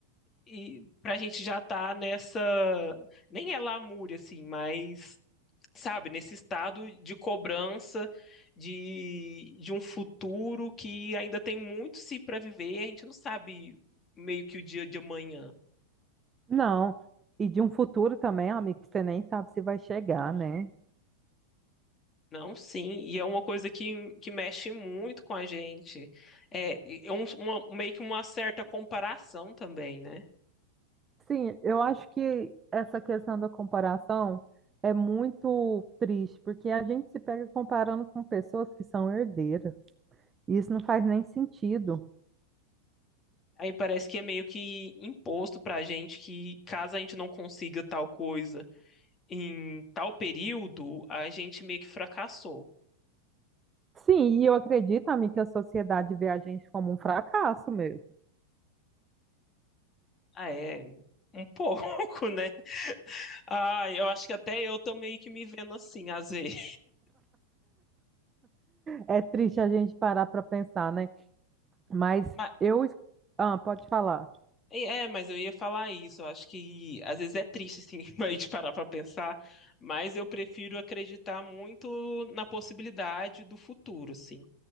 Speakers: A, on the left (about 30°); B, on the right (about 20°).
A: e pra gente já tá nessa, nem é lamúria, assim, mas sabe, nesse estado de cobrança de, de um futuro que ainda tem muito se para viver e a gente não sabe meio que o dia de amanhã.
B: Não, e de um futuro também, amigo, que você nem sabe se vai chegar, né?
A: Não, sim, e é uma coisa que, que mexe muito com a gente. É, é um, uma- meio que uma certa comparação também, né?
B: Sim, eu acho que essa questão da comparação é muito triste, porque a gente se pega comparando com pessoas que são herdeiras, e isso não faz nem sentido.
A: Aí parece que é meio que imposto pra gente que caso a gente não consiga tal coisa em tal período, a gente meio que fracassou.
B: Sim, e eu acredito, amigo, que a sociedade vê a gente como um fracasso mesmo.
A: Ah, é, um pouco, <laughs> né? Ah, eu acho que até eu tô meio que me vendo assim, às vezes.
B: É triste a gente parar para pensar, né? Mas
A: Mas-
B: eu. Ah, pode falar.
A: é, mas eu ia falar isso. Eu acho que às vezes é triste, assim, <laughs> a gente parar pra pensar. Mas eu prefiro acreditar muito na possibilidade do futuro, assim.